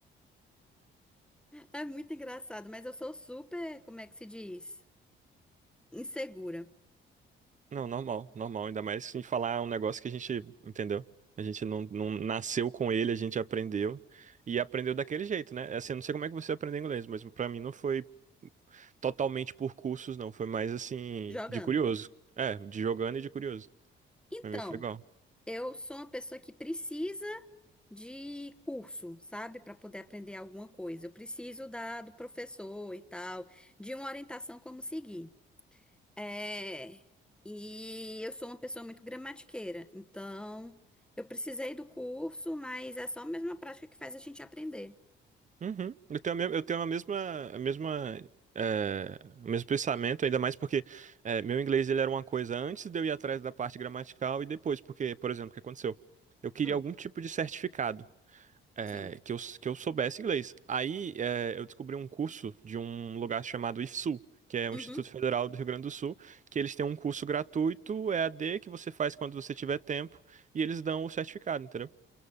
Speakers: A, in the centre; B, on the right (about 40°).
A: É muito engraçado, mas eu sou super, como é que se diz? Insegura,
B: Não, normal, normal. Ainda mais se a gente falar um negócio que a gente entendeu. A gente não, não nasceu com ele, a gente aprendeu. E aprendeu daquele jeito, né? É Assim, eu não sei como é que você aprendeu inglês, mas pra mim não foi totalmente por cursos, não. Foi mais assim,
A: jogando.
B: de curioso. É, de jogando e de curioso.
A: Então,
B: Pra mim foi igual.
A: eu sou uma pessoa que precisa de curso, sabe? Para poder aprender alguma coisa. Eu preciso da, do professor e tal, de uma orientação como seguir. É, e eu sou uma pessoa muito gramatiqueira, então eu precisei do curso, mas é só mesmo a prática que faz a gente aprender.
B: Uhum. Eu tenho a, me- eu tenho a mesma, a mesma, é, o mesmo pensamento, ainda mais porque é, meu inglês ele era uma coisa antes de eu ir atrás da parte gramatical e depois, porque, por exemplo, o que aconteceu? Eu queria
A: Hum,
B: algum tipo de certificado. é,
A: sim.
B: que eu, que eu soubesse inglês. Aí é, eu descobri um curso de um lugar chamado IFSU, que é o
A: Uhum.
B: Instituto Federal do Rio Grande do Sul, que eles têm um curso gratuito E a D que você faz quando você tiver tempo e eles dão o certificado, entendeu?